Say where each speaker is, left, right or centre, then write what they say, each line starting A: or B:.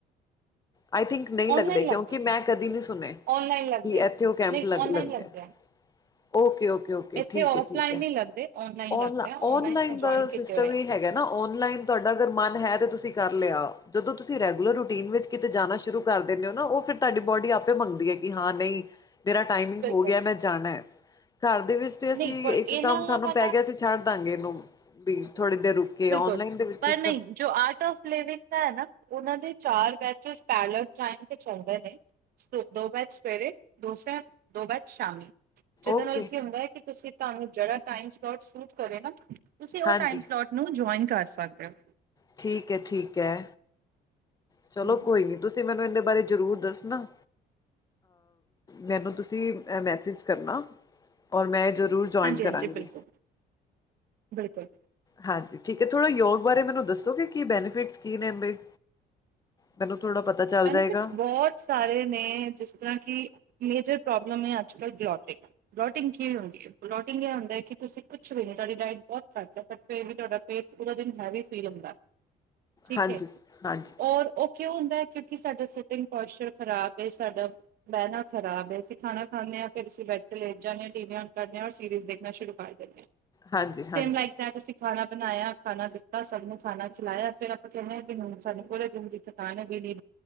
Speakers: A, on the left; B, on the right.
A: I think. ਨਹੀਂ ਲੱਗਦੇ
B: ਔਨਲਾਈਨ
A: ਕਿਉਂਕਿ
B: ਲੱਗਦਾ
A: ਮੈਂ ਕਦੀ ਨਹੀਂੀ ਸੁਣੇ,
B: ਔਨਲਾਈਨ ਲੱਗਦੇ
A: ਕਿ
B: ਆ
A: ਇੱਥੇ ਉਹ ਕੈਂਪ
B: ਨਹੀਂ
A: ਲ
B: ਔਨਲਾਈਨ
A: ਲੱਗਦੇ।
B: ਆ।
A: ਓਕੇ ਓਕੇ ਓਕੇ
B: ਇੱਥੇ
A: ਠੀਕ
B: ਔਫਲਾਈਨ
A: ਹੈ ਠੀਕ ਹੈ,
B: ਨਹੀਂ ਲੱਗਦੇ ਔਨਲਾਈਨ
A: ਔਨਲਾਈਨ
B: ਲੱਗਦੇ ਆ ਮੈਂ ਜੁਆਇਨ
A: ਬਸ।
B: ਕੀਤੇ
A: ਸਿਸਟਮ
B: ਹੋਏ ਆ
A: ਹੈਗਾ ਨਾ ਔਨਲਾਈਨ ਤੁਹਾਡਾ ਅਗਰ ਮਨ ਹੈ, ਤੇ ਤੁਸੀਂ ਕਰ ਲਿਆ ਜਦੋਂ ਤੁਸੀਂ ਰੈਗੂਲਰ ਰੂਟੀਨ ਵਿੱਚ। ਕਿਤੇ ਜਾਣਾ ਸ਼ੁਰੂ ਕਰ ਦਿੰਦੇ ਹੋ ਨਾ ਉਹ ਫਿਰ ਤੁਹਾਡੀ ਬੋਡੀ ਆਪੇ ਮੰਗਦੀ ਹੈ। ਕਿ ਹਾਂ ਨਹੀਂ। ਮੇਰਾ ਟਾਈਮਿੰਗ
B: ਬਿਲਕੁਲ
A: ਹੋ ਗਿਆ। ਮੈਂ ਜਾਣਾ ਹੈ ਘਰ ਦੇ ਵਿੱਚ ਤੇ, ਅਸੀਂ
B: ਨਹੀਂ ਪਰ
A: ਇੱਕ
B: ਇਹਨਾਂ
A: ਕੰਮ ਸਾਨੂੰ
B: ਵਾਲਾ
A: ਪੈ ਗਿਆ ਅਸੀਂ ਛੱਡ। ਦੱਸਾਂਗੇ ਇਹਨੂੰ ਥੋੜੇ ਦਿਨ ਰੁਕ ਕੇ
B: ਬਿਲਕੁਲ
A: ਆਨਲਾਈਨ ਦੇ ਵਿੱਚ
B: ਪਰ
A: ਸਿਸਟਮ।
B: ਨਹੀਂ ਜੋ ਆਰਟਫ ਲਿਵ ਨਾਂ ਉਹ ਦੇ ਚਾਰ ਬੈਚ ਪੈਇ ਤੇ ਚਦੇ ਨੇ,। ਦੋ ਬਾਦ ਸਵੇਰੇ ਦੋਸ ਦੋ ਬਾਦ ਸ਼ਾਮੀ। ਜਿਹਦੇ
A: ਓਕੇ
B: ਨਾਲ ਕੀ ਹੁੰਦਾ ਹੈ। ਕਿ ਤੁਸੀਂ ਤੁਹਾਨੂੰ ਜਿਹੜਾ ਟਮ ਸਲੋਟ ਸੂਟ ਕਰੇ ਨਾ ਤੁਸੀਂ ਉਹ
A: ਹਾਂਜੀ
B: ਟਮ ਸਲੋਟ। ਨੂੰ ਜੁਆਇਨ ਕਰ ਸਕਦੇ ਹੋ।
A: ਠੀਕ ਹੈ ਠੀਕ ਹੈ
B: ਹੋ।
A: ਚਲੋ ਕੋਈ ਨੀ, ਤੁਸੀਂ ਮੈਨੂੰ ਇਹਦੇ ਬਾਰੇ ਜ਼ਰੂਰ ਦੱਸ ਨਾ। ਮੈਨੂੰ ਤੁਸੀਂ ਮੈਸੇਜ ਕਰਨਾ, ਔਰ ਮੈਂ ਜ਼ਰੂਰ। ਜੁਆਇਨ
B: ਹਾਂਜੀ
A: ਕਰਾਂਗੀ
B: ਹਾਂਜੀ, ਬਿਲਕੁਲ ਬਿਲਕੁਲ।
A: ਹਾਂਜੀ, ਠੀਕ ਹੈ ਥੋੜਾ ਯੋਗ ਬਾਰੇ, ਮੈਨੂੰ ਦੱਸੋ ਕਿ ਕੀ ਬੈਨੀਫਿਟਸ ਕੀ ਨੇ ਇਹਦੇ। ਮੈਨੂੰ ਥੋੜਾ ਪਤਾ। ਚੱਲ
B: ਬੈਨੀਫਿਟਸ
A: ਜਾਏਗਾ
B: ਬਹੁਤ ਸਾਰੇ ਨੇ ਜਿਸ ਤਰ੍ਹਾਂ ਕਿ ਮੇਜਰ ਪ੍ਰੋਬਲਮ ਹੈ। ਅੱਜ ਕੱਲ੍ਹ ਬਲੋਟਿੰਗ। ਬਲੋਟਿੰਗ ਕੀਵੇ ਹਦੀ ਹੈ। ਲੋਟਿੰਗ ਹੁੰਦਾ ਹੈ। ਕਿ ਤੁਸੀਂ ਕੁਛ ਵੀ ਨ ਤੁਹਾਡੀ ਡਾਇਟ ਬਹੁਤ ਘੱਟ ਹੈ। ਪਰ ਫਿਰ ਵੀ ਤੁਹਾਡਾ ਪੇਟ ਪੂਰਾ ਦਿਨ ਹੈਵੀ ਫੀਲ ਹੁੰਦਾ। ਠੀਕ
A: ਹਾਂਜੀ
B: ਹੈ,
A: ਹਾਂਜੀ
B: ਔਰ ਉਹ ਕਿਉ ਹੁੰਦਾ ਹੈ, ਕਿਉਂਕਿ ਸਾਡਾ ਸਿਟਿੰਗ ਪੋਸਚਰ ਖ਼ਰਾਬ ਹੈ। ਸਾਡਾ। ਬਹਿਣਾ ਖਰਾਬ ਅਸੀਂ ਖਾਣਾ ਖਾਂਦੇ ਹਾਂ, ਫੇਰ ਅਸੀ ਬੈਠ ਕੇ ਲੇਟ ਜਾਂਦੇ ਹਾਂ ਟੀ ਵੀ ਨ ਕਰਦੇ ਔਰ ਸੀਰੀਜ਼ ਦੇਖਣਾ ਸ਼ੁਰੂ। ਕਰ ਦਿੰਦੇ ਹਾਂ।
A: ਹਾਂਜੀ
B: ਸੇਮ
A: ਹਾਂਜੀ
B: ਲਾਈਫ ਦਾ। ਖਾਣਾ ਬਣਾਇਆ ਖਾਣਾ ਦਿੱਤਾ, ਸਭ ਨੂੰ ਖਾਣਾ ਖਿਲਾਇਆ। ਫੇਰ ਆਪਾਂ ਕਹਿੰਦੇ ਹਾਂ, ਕਿ ਹੁਣ ਸਾਨੂੰ ਪੂਰੇ ਜ ਦੀ ਥਕਣ ਹੈ ਵੀ।